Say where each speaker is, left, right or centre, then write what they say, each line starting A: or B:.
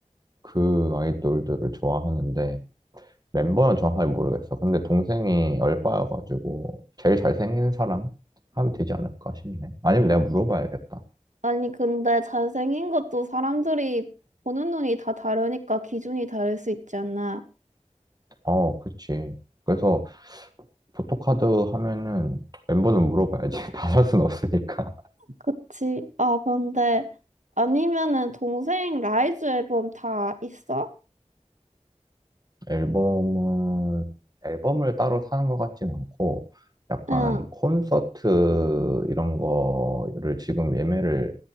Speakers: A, on the right (about 30°); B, on the right (about 75°).
A: 그 아이돌들을 좋아하는데, 멤버는 정확하게 모르겠어. 근데 동생이 얼빠여가지고, 제일 잘생긴 사람? 하면 되지 않을까 싶네. 아니면 내가 물어봐야겠다.
B: 아니, 근데 잘생긴 것도 사람들이 보는 눈이 다 다르니까 기준이 다를 수 있지 않나.
A: 어, 그치. 그래서 포토카드 하면은 멤버는 물어봐야지. <laughs> 다 살 순 없으니까.
B: 그치? 아, 근데 아니면은 동생 라이즈 앨범 다 있어?
A: 앨범은, 앨범을 따로 사는 것 같진 않고, 약간
B: 응.
A: 콘서트 이런 거를 지금 예매를